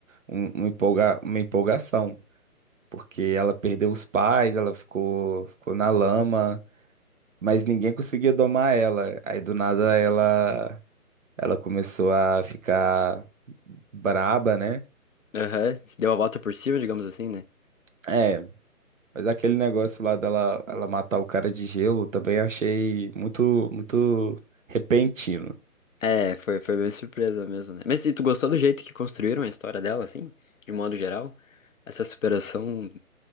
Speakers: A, on the right (about 60°); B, on the left (about 60°).
A: um, uma empolga, uma empolgação, porque ela perdeu os pais, ela ficou, ficou na lama. mas ninguém conseguia domar ela. Aí do nada ela ela começou a ficar braba, né?
B: aham. Deu a volta por cima, digamos assim, né?
A: É, mas aquele negócio lá dela ela matar o cara de gelo também achei muito muito repentino.
B: É, foi, foi bem surpresa mesmo, né? Mas e tu gostou do jeito que construíram a história dela, assim? De modo geral? Essa superação.